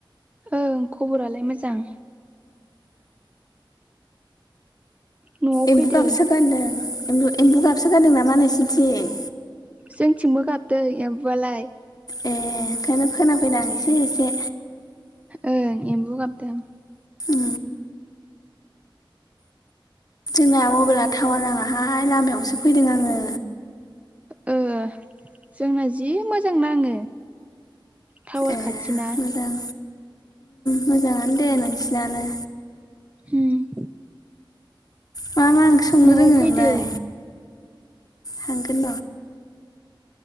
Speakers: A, on the right; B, on the left.
A: ओं खबरालाय मोजां न'आव
B: एम्बु
A: फैदो
B: गाबसो गारदों एम्बु गाबसो गारदों नामा नोंसनिथिं
A: जोंथिंबो गाबदों एम्बुआलाय
B: ए ओंखायनो खोनाफैद आं एसे एसे
A: ओ एमबो गाबदों
B: उ जोंना मबाइला टावार नाङाहाय लामायावसो फैदों आङो
A: उम जोंना जि मोजां मोजां नाङो टावार
B: ए
A: खाथिना
B: मोजां मोजाङानो दे नोंसिनानो
A: उम
B: मा मा ओंख्रि संनो
A: न'आव
B: रोङो
A: फैदो
B: नोंलाय थांगोन